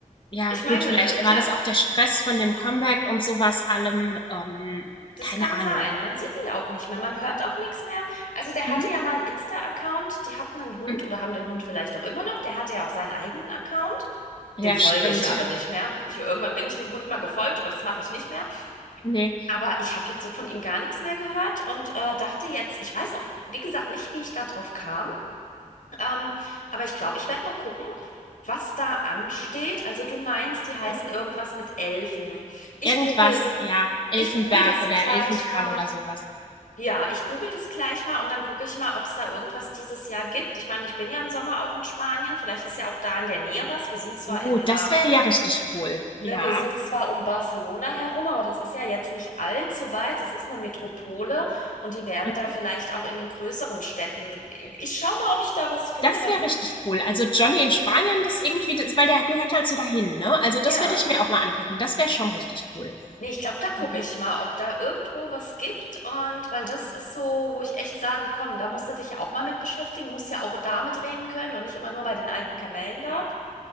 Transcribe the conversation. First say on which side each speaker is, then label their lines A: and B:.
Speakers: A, on the left; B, on the left.
A: ja,
B: ich
A: gut,
B: meine,
A: vielleicht
B: äh, äh, klar,
A: war das
B: es,
A: auch der Stress von dem Comeback und sowas allem. Ähm,
B: das
A: keine
B: kann
A: Ahnung.
B: sein. Man sieht ihn ja auch nicht mehr, man hört auch nichts mehr. Also der hatte
A: Mhm.
B: ja mal einen Insta-Account, die hatten einen Hund
A: Mhm.
B: oder haben den Hund vielleicht auch immer noch. Der hatte ja auch seinen eigenen Account.
A: Ja,
B: Dem folge
A: stimmt.
B: ich aber
A: <laughs>
B: nicht mehr. Ich, irgendwann bin ich dem Hund mal gefolgt, aber das mache ich nicht mehr.
A: Nee.
B: Aber ich habe jetzt so von ihm gar nichts mehr gehört und äh, dachte jetzt, ich weiß auch, wie gesagt, nicht, wie ich da drauf kam. Ähm, aber ich glaube, ich werde mal gucken, was da ansteht. Also du meinst, die
A: Ja.
B: heißen irgendwas mit Elfen. Ich
A: Irgendwas,
B: Ja. google,
A: ja, Elfenberg
B: ich google das
A: oder
B: gleich
A: Elfental
B: mal.
A: oder sowas.
B: Ja, ich google das gleich mal und dann gucke ich mal, ob es da irgendwas dieses Jahr gibt. Ich meine, ich bin ja im Sommer auch in Spanien. Vielleicht ist ja auch da in der Nähe was. Wir sind zwar
A: Oh,
B: in
A: das
B: äh,
A: wäre ja richtig cool.
B: Ne,
A: Ja,
B: wir sind zwar um Barcelona herum, aber das ist ja jetzt nicht allzu weit. Das ist eine Metropole und die werden
A: mhm.
B: da vielleicht auch in den größeren Städten. Ich schau mal, ob ich da was finde,
A: das
B: weil
A: wäre richtig cool. Also Johnny in Spanien, das irgendwie, das, weil der gehört halt so dahin, ne? Also das
B: ja,
A: würde ich mir auch mal angucken. Das wäre schon richtig cool.
B: nee, ich glaube, da gucke
A: Mhm.
B: ich mal, ob da irgendwo was gibt und weil das ist so, wo ich echt sage, komm, da musst du dich ja auch mal mit beschäftigen, musst ja auch da mitreden können und nicht immer nur bei den alten Kamellen da.